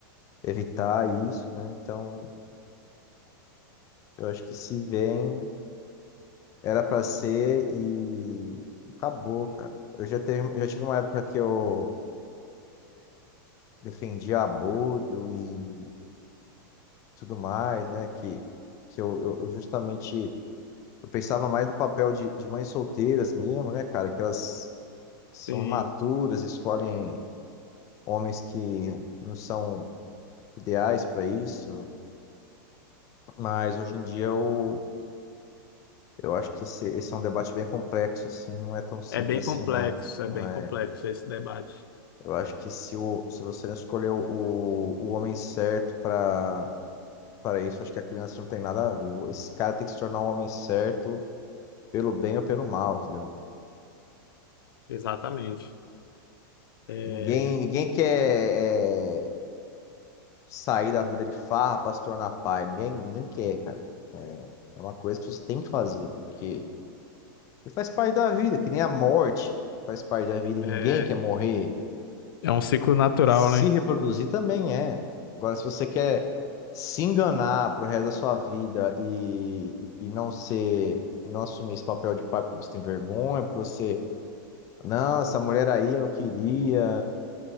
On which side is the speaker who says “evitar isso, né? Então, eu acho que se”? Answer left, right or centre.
Left